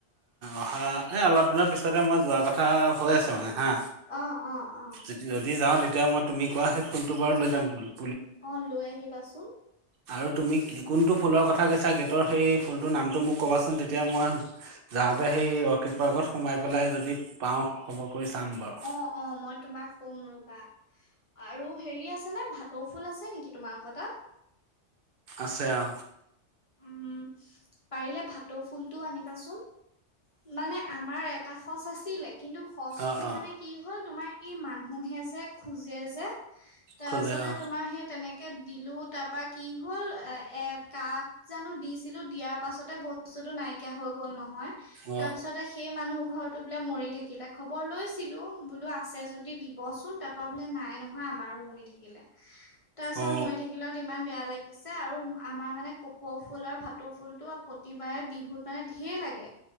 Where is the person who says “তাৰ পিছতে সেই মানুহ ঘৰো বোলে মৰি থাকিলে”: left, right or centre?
Left